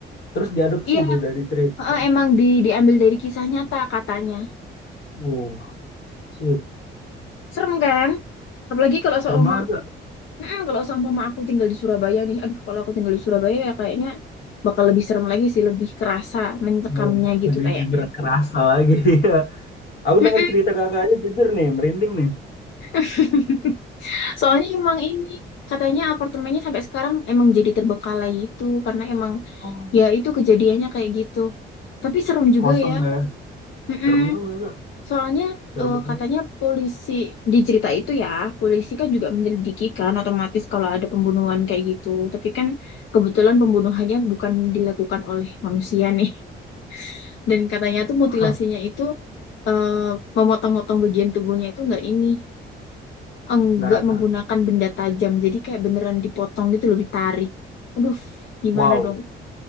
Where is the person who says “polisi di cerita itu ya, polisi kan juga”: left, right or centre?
Left